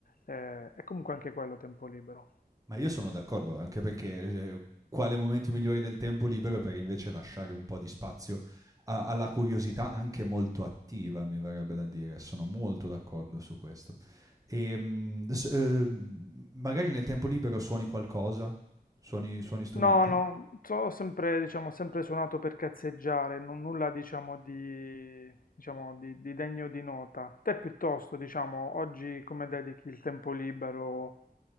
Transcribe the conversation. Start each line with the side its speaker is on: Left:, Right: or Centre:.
Left: eh, è comunque anche quello tempo libero.
Right: Ma io sono d'accordo, anche perché eh, quale momento migliore del tempo libero per invece lasciare un po' di spazio a- alla curiosità anche molto attiva, mi verrebbe da dire. Sono molto d'accordo su questo. E, mm, adesso, eh, magari nel tempo libero suoni qualcosa, suoni, suoni strumenti.
Left: No, no, so- ho sempre, diciamo, sempre suonato per cazzeggiare, non nulla, diciamo, di, diciamo, di, di degno di nota. Te piuttosto, diciamo, oggi come dedichi il tempo libero?